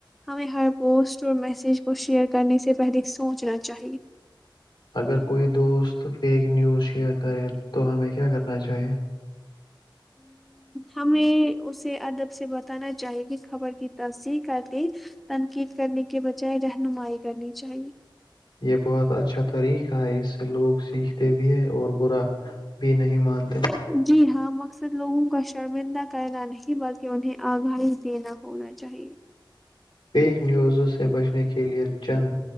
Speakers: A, in the centre; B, on the left (about 65°).
A: ہمیں ہر پوسٹ اور میسج کو شیئر کرنے سے پہلے سوچنا چاہیے
B: اگر کوئی دوست فیک نیوز شیئر کرے تو ہمیں کیا کرنا چاہیے
A: ہمامیں اسے ادب سے بتانا چاہیے کہ خبر کی تصسییح کر کے تنقید کرنے کے بجائے رہنمائی کرنی چاہیے
B: یہ بہت اچھا طریقہ ہے اس سے لوگ سیکھتے بھی ہے اور برا بھی نہیں مانتے <inaudible>
A: جی ہاں مقصد لوگوں کا شرمندہ کرنا نہیں بلکہ انہیں آگاہی دینا ہونا چاہیے
B: پیک نیوزوں سے بچنے کے لیئے چند